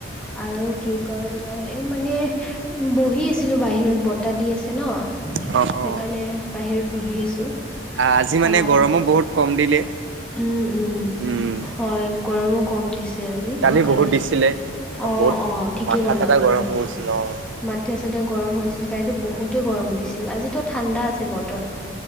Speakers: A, in the centre; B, on the right.
A: আৰু কি কয় তোমাৰ এই মানে বহি আছিলো বাহিৰত বতাহ দি আছিল। আছে ন
B: অ',
A: সেইকাৰণে বাহিৰত বহি আছোঁ
B: আজি মানে
A: আহ।
B: গৰমো বহুত কম দিলে।
A: উম-উম
B: উম,
A: হয় গৰমো কম দিছে। আজি
B: কালি
A: সেইকাৰণে
B: বহুত দিছিলে
A: অঁ-অঁ
B: বহুত
A: ঠিকে
B: মাথা
A: কলা
B: চাথা
A: উম
B: গৰম হৈ গৈছিল অ'।
A: মা - ত গৰম হৈছিল কালিটো বহুতেই গৰম দিছিল আজিতো ঠাণ্ডা আছে বতৰ -